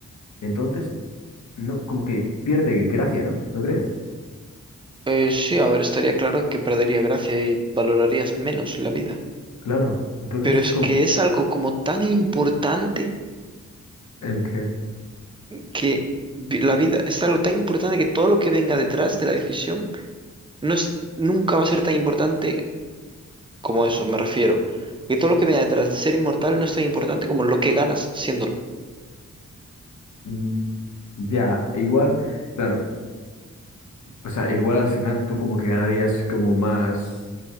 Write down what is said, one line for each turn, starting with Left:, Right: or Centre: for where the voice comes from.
Left: entonces no, como que pierde gracia, ¿no? ¿No crees?
Right: Eh, sí, a ver, estaría claro que perdería gracia y valorarías menos la vida.
Left: Claro. Entonces
Right: Pero es
Left: es como
Right: que es algo como tan importante
Left: el que,
Right: que vi- la vida es algo tan importante que todo lo que venga detrás de la decisión no es, nunca va a ser tan importante como eso, me refiero. Que todo lo que venga detrás de ser inmortal no es tan importante como lo que ganas siéndolo.
Left: mm, ya, igual, claro, o sea, igual al final tú como que ganarías como más,